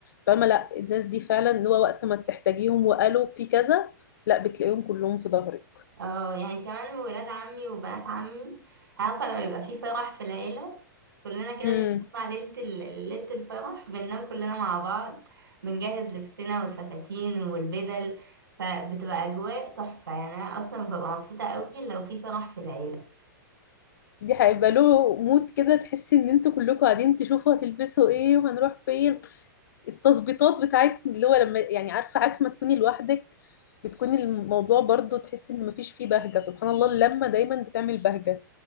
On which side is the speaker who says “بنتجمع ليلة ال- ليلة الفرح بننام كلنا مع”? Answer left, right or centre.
Right